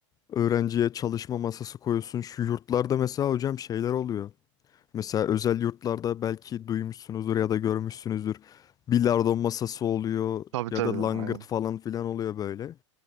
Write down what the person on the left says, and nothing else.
Öğrenciye çalışma masası koyuyorsun. Şu yurtlarda mesela hocam şeyler oluyor. Mesela özel yurtlarda belki duymuşsunuzdur ya da görmüşsünüzdür. Bilardo masası oluyor
ya
da langırt
falan filan oluyor böyle.